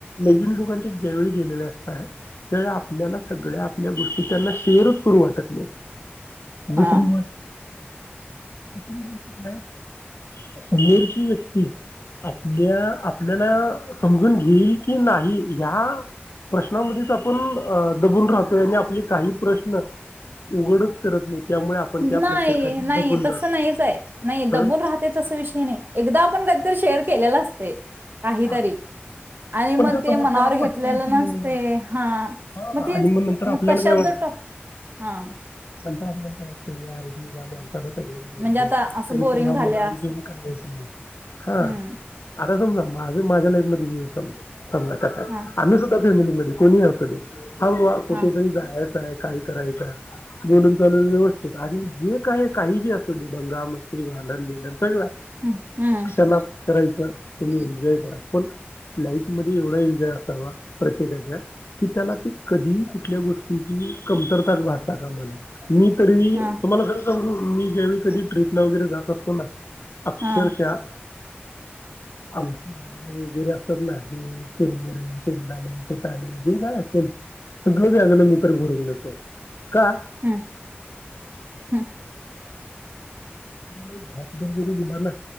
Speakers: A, on the left; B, on the right.
A: ोकां ज्यावेळी गेले असत त्या आपल्या सगळ्या आपल्या गोष्टी त्यांना शेर करू वाटत
B: हा
A: दुसरी मठ काय समोरची व्यक्ती आपल्या आपल्याला समजून घेईल कि नाही ह्या प्रश्नामध्येच आपण दबून राहतोय आणि आपले काही प्रश्न उघडच करत नाही त्यामुळे आपण त्या
B: नाही
A: प्रेशरखाली
B: नाही
A: दबून जातो
B: तस नाहीच आहे नाही
A: हं?
B: दबून राहते तस विषय नाही एकदा आपण कध तर शेअर केलेला असते काहीतरी
A: हा.
B: आणि मग
A: पण त्या
B: ते
A: समोरच्याला
B: मनावर घेतलेलं
A: पटतंय की
B: नसते
A: नाही
B: हा
A: हा
B: मग ते
A: आणि नंतर
B: मग
A: आपल्याला
B: तशच
A: काय
B: जो टॉ हा
A: काण क आहे मी ग सग ब
B: म्हणजे आता असं
A: तरी
B: बोरिंग
A: पण हा
B: झाले
A: मनर्जून
B: असं
A: काय हा
B: हम्म
A: त्याम माझ मजलान तिन दिवस समजा कस आहे
B: हा
A: आम्ही सुद्धा फॅमिलीमध्ये कोणी असल ह कुठेतरी
B: हा
A: जाय काय कराय बोलून चालून व्यवस्थित आणि जे काही काही जे अस डंगा मस्ती भांडण भिंडण बजला
B: हम्म हम्म
A: क्षण करायच कमी एजॉय करा पण लाईफ मध्ये एवढा एन्जॉय असावा प्रत्येकाच्या कि त्याला ते कधी कुठल्या गोष्टीची कमतरता भासता का म्हण मी तरी
B: हा
A: तुम्हाला जर मी ज्यावेळी कधी ट्र्रीपला वगैरे जात असतो ना अक्षरच्याः
B: हा
A: आ वगैरे असतात ना हे शिरमुरे शेडाले फोटाले जे काय असेल सगळं जागाण मी तरर भरून देतो का
B: हम्म हम्म
A: ला घासरगरी दिला ना